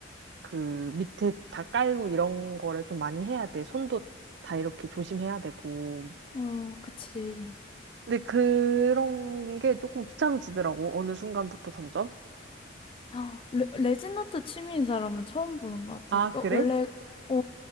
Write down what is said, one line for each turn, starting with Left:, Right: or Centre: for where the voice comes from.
Right: 그 밑에 다 깔고 이런 거를 좀 많이 해야 돼. 손도 다 이렇게 조심해야 되고.
Left: 어, 그치.
Right: 근데 그런 게 조금 귀찮아지더라고. 어느 순간부터 점점.
Left: 아, 레, 레진아트 취미인 사람은 처음 보는 것 같아.
Right: 아, 그래?
Left: 어, 원래, 어,